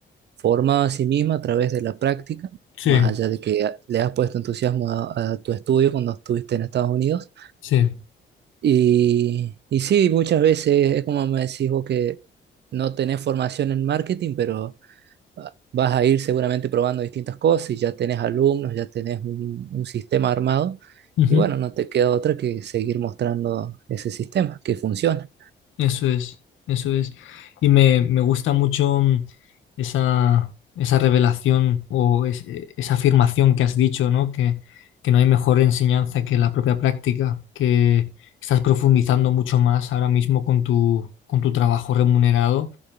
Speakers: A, on the right (about 60°); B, on the left (about 80°).
A: formado a sí misma a través de la práctica,
B: Sí,
A: más allá de que a- le has puesto entusiasmo a, a tu estudio cuando estuviste en Estados Unidos.
B: sí.
A: Y, y sí, muchas veces es como me decís vos que no tenés formación en marketing, pero ah, vas a ir seguramente probando distintas cosas y ya tenés alumnos, ya tenés un, un sistema armado.
B: Ujú.
A: Y bueno, no te queda otra que seguir mostrando ese sistema que funciona.
B: Eso es, eso es. Y me, me gusta mucho mm, esa, esa revelación o es- eh, esa afirmación que has dicho, ¿no? Que, que no hay mejor enseñanza que la propia práctica, que estás profundizando mucho más ahora mismo con tu, con tu trabajo remunerado